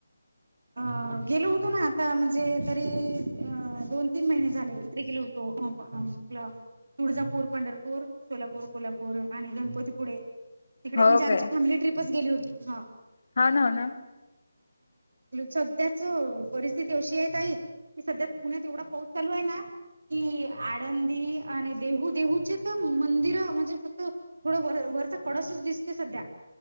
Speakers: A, on the left (about 55°); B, on the right (about 70°).
A: <inaudible>
B: अ गेलो होतो ना आता म्हणजे तरी दोन तीन महिने झाले तरी गेलो होतो तुळजापूर पंढरपूर सोलापूर कोल्हापूर आणि गणपतीपुळे तडे
A: हो
B: म्हणजे आमची
A: काय
B: फॅमिली टपच गेली होतीम
A: हा ना हो ना
B: सध्याच परिस्थिती अशी आहे त आई की सध्या पुण्यात एवढा पाऊस चालू आहे ना कि आळंदी आणि देहू देहूचे तर मंदिर म्हणजे फक्त थोडं बर वरचा कडसच दिसतो सध्या